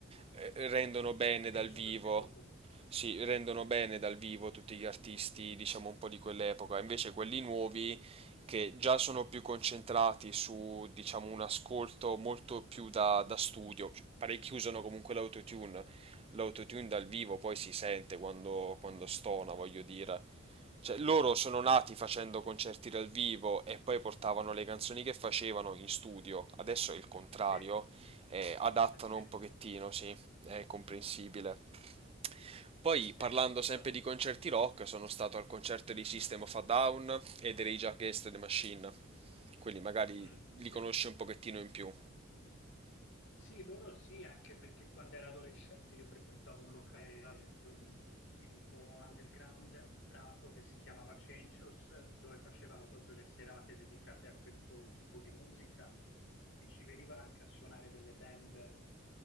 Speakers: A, on the right (about 30°); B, on the left (about 65°).
A: eh, rendono bene
B: Sì,
A: dal
B: sono
A: vivo
B: venuti dopo.
A: si rendono bene dal vivo tutti gli artisti, diciamo un po' di quell'epoca, invece quelli nuovi che già sono più concentrati su, diciamo, un ascolto molto più da, da studio, Cioè, parecchi usano comunque l'autotune, l'autotune dal vivo poi si sente quando, quando stona, voglio dire. Cioè, loro sono nati facendo concerti dal vivo e poi portavano le canzoni che facevano in studio. Adesso è il contrario,
B: Sì,
A: eh, adattano
B: eh sì,
A: un pochettino, sì, è comprensibile. Poi
B: sì,
A: parlando
B: esatto.
A: sempre di concerti rock, sono stato al concerto di System of a Down e dei Rage Against the Machine. Quelli magari
B: Mm,
A: li
B: sì.
A: conosci un pochettino in più.
B: Sì, loro sì, anche perché quando ero adolescente io frequentavo un locale dov- di un po' underground a Prato che si chiamava Cencios, dove facevano proprio le serate dedicate a questo tipo di musica e ci venivano anche a suonare delle band